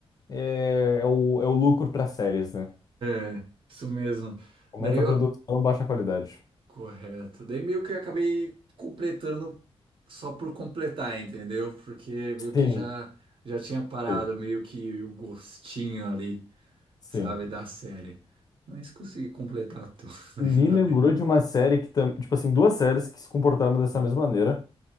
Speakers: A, on the left (about 35°); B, on the right (about 55°).
A: é, é o, é o lucro para séries, né?
B: É, isso mesmo.
A: Aumenta
B: Daí eu
A: a produção, baixa a qualidade.
B: Correto. Daí meio que eu acabei completando só por completar, entendeu? Porque meio
A: Sim,
B: que já já tinha parado
A: sim,
B: meio que o gostinho ali,
A: sim.
B: sabe, da série. Mas consegui completar tudo, <laughs>
A: Me
B: ainda
A: lembrou
B: bem.
A: de uma série que, tam- tipo assim, duas séries que se comportaram
B: Hum.
A: dessa mesma maneira.